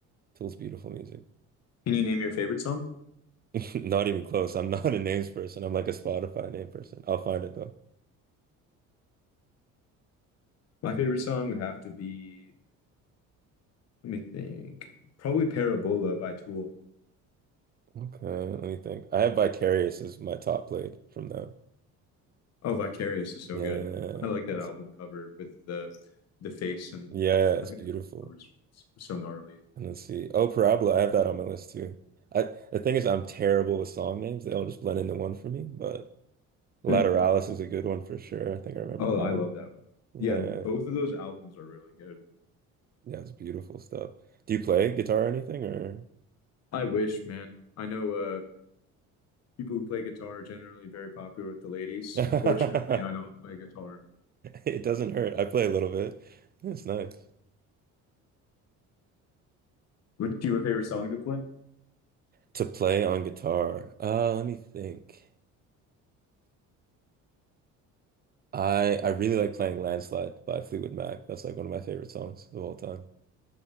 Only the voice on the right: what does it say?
Tool's beautiful music.
<laughs> Not even close. I'm not a names person. I'm like a Spotify name person. I'll find it though.
Okay, let me think. I have Vicarious as my top played from them.
Yeah,
that's
yeah, it's
beautiful.
And let's see. Oh, Parabola, I have that on my list too. I the thing is I'm terrible with song names. They all just blend into one for me, but Lateralis
is a good one for sure. I think I remember
that
one.
Yeah,
yeah, it's beautiful stuff. Do you play guitar or anything or
<laughs>
it doesn't hurt. I play a little bit. It's nice.
To play on guitar. Uh, let me think. I I really like playing Landslide by Fleetwood Mac. That's like one of my favorite songs of all time.